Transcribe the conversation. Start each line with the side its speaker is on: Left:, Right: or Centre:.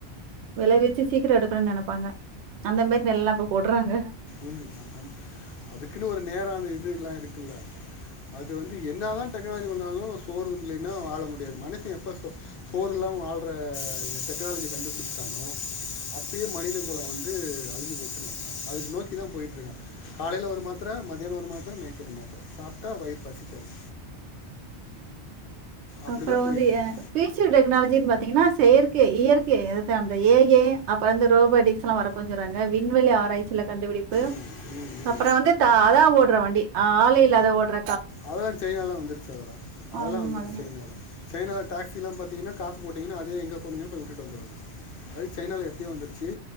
Right: வெளவி ச்சு சீக்கரொ எடுக்கணுனு நெனப்பாங்க அந்த மாரி நெல்லா இப்ப போடுறாங்க
Left: உம் ஆமா அதுக்குன்னு ஒரு நேரொ அந்த இதுல்லா இருக்குல்ல அது வந்து என்னதா டெக்னாலஜி வந்தாலு சோறு இல்லைன்னா வாழ முடியாது மனுஷ எப்ப சோ சோறு இல்லாம வாழ்ற டெக்னாலஜிய கண்டுபிடிச்சிட்டனோ அப்பயே மனித கொலம் வந்து அழிஞ்சு போச்சுன்னர்த்தோ அத நோக்கி கிதா போயிட்டுருக்கா காலைல ஒரு மாத்தர மதியான ஒரு மாத்தர நைட் ஒரு மாத்தர சாப்ட்டா வயிறு பசிக்காது அப்படி
Right: அப்பறொ
Left: தான்
Right: வந்து
Left: போயிட்டுருக்கு
Right: ஏ ஃப்யூச்சர் டெக்னாலஜின் பாத் தீங்கனா செயற்கே இயற்கே அதுதா அந்த ஏ ஐ அப்பறொ இந்த ரோபோடிக்ஸ்ல்ல வர <unintelligible> வி ண்வெளி ஆராய்ச்சில கண்டுபிடிப்பு
Left: ம் ம் ம்
Right: அப்பறொ வந்து தா அதா ஓடுற வண்டி ஆ ஆளே இல்லாத ஓடற
Left: அதல்லா செயினாலாலா வந்துருச்சு அதெல்லா அதெல்லா
Right: ஆம்
Left: வந்துருச்சு
Right: அதெல்லாம்.
Left: சைனால சைனால டாக்ஸிலா பாத்தீங்னா காசு போட்டீங்கனா அதுவே எங்க போணுமியோ போய் விட்டுட்டு வந்துரு அது சைனால எப்பயோ வந்துருச்சு